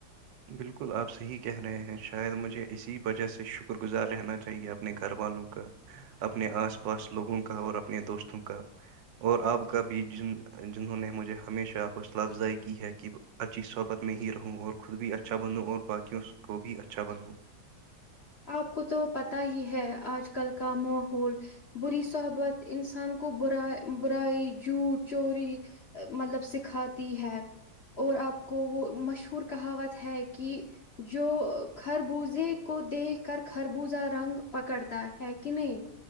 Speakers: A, on the right; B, on the left.
A: بالکل آپ صحیح کہہ رہے ہیں شاید مجھے اسی وجہ سے شکر گزار رہنا چاہیے اپنے گھر والوں کا اپنے آس پاس لوگوں کا اور اپنے دوستوں کا اور آپ کا بھی جن جنہوں نے مجھے ہمیشہ حوصلہ افزائی کی ہے کہ اچھی صحبت میں ہی رہوں اور خود بھی اچھا بنوں اور باقیوں کو بھی اچھا بناؤ
B: آپ کو تو پت ہی ہے آج کل کا ماحول بری صحبت انسان کو بر برائی جھوٹ چوری مطلب سکھاتی ہے اور آپ کو وہ مشہور کہاوت ہے کہ جو خر بوزے کو دیکھ کر خربوزہ رنگ پکڑتا ہے کہ نہیں